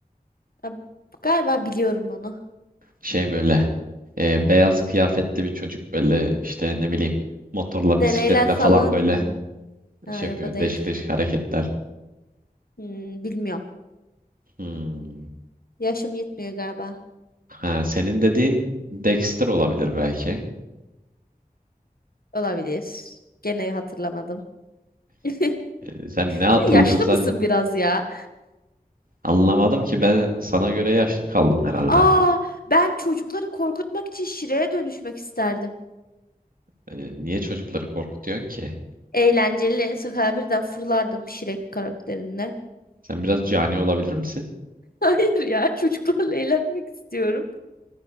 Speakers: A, on the left; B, on the right.
A: A- Galiba biliyorum onu.
B: Şey böyle e, beyaz kıyafetli bir çocuk böyle işte ne bileyim motorla
A: Deneyler
B: bisikletle
A: falan
B: falan böyle
A: yapıyor mu? Ha
B: şey
A: yok
B: yapıyor.
A: o değil.
B: Değişik değişik hareketler.
A: Hmm, bilmiyorum.
B: Hmm.
A: Yaşım yetmiyor galiba.
B: Ha, senin dediğin Dexter olabilir belki.
A: Olabilir. Gene hatırlamadım. <laughs>
B: Ee, Sen ne hatırlıyorsun
A: Sen yaşlı
B: sadece
A: mısın biraz ya?
B: anlamadım ki ben sana göre yaşlı kaldım herhalde.
A: Aa, ben çocukları korkutmak için şireye dönüşmek isterdim.
B: Ee, niye çocukları korkutuyorsun ki?
A: Eğlenceli. Sokağa birden fırlardım Şirek karakterinde.
B: Sen biraz cani olabilir misin?
A: <laughs> Hayır ya çocuklarla eğlenmek istiyorum.